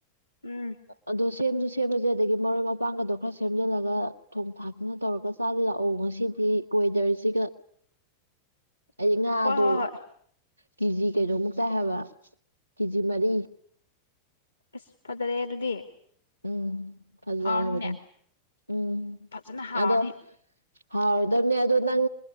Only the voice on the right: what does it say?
ꯑꯗꯣ ꯁꯦꯝꯁꯨ ꯁꯦꯝꯃꯁꯦ ꯑꯗꯒꯤ ꯃꯔꯣꯏ ꯃꯄꯥꯡꯒꯗꯣ ꯈꯔ ꯁꯦꯝꯖꯤꯜꯂꯒ ꯊꯣꯡ ꯊꯥꯛꯇꯅ ꯇꯧꯔꯒ ꯆꯥꯁꯤ ꯂꯥꯛꯑꯣ ꯉꯁꯤꯗꯤ ꯋꯦꯗꯔꯁꯤꯒ ꯑꯩ ꯉꯥꯗꯣ
ꯀꯦꯖꯤ ꯀꯩꯅꯣꯃꯨꯛꯇꯥꯏ ꯍꯥꯏꯕ ꯀꯦꯖꯤ ꯃꯔꯤ
ꯎꯝ ꯐꯖꯔꯕꯅꯦ
ꯎꯝ
ꯑꯗꯣ ꯍꯥꯎꯔꯗꯕꯅꯦ ꯑꯗꯣ ꯅꯪ